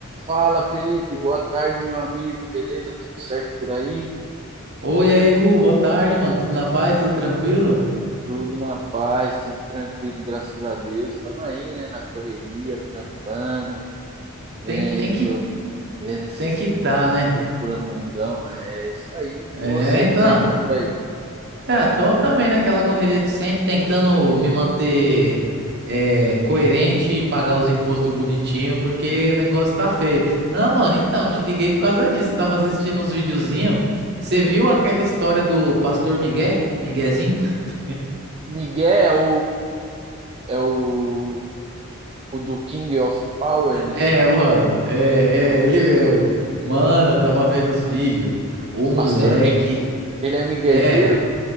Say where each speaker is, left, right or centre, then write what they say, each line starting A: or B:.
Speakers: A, on the right (about 25°); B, on the right (about 50°).
A: Fala, Felipe. Boa tarde, meu amigo. Beleza? Tudo certo por aí?
B: Oi, aí, Gu, boa tarde, mano. Tudo na paz, tudo tranquilo?
A: Tudo na paz, tudo tranquilo, graças a Deus. Estamos aí, né, na correria, trampando, vendo,
B: Tem que, tem que,
A: vendo esses
B: tem que tá,
A: essa
B: né?
A: loucura no mundão. É isso aí.
B: É,
A: E você,
B: então.
A: como é que tá por aí?
B: É, tô também naquela correria de sempre, tentando me manter é, coerente e pagar os impostos bonitinho, porque o negócio tá feio. Não, mano, então, te liguei por causa disso. Eu tava assistindo uns videozinhos. Você viu aquela história do Pastor Miguel? Miguezinho? <laughs>
A: Miguel é o, é o, o do King of Power, não
B: É,
A: sei
B: mano, é,
A: como
B: é, ele
A: assim.
B: mesmo. Mano, eu tava vendo os vídeos. O moleque.
A: Pastor Miguel. Ele é miguezeiro?
B: É.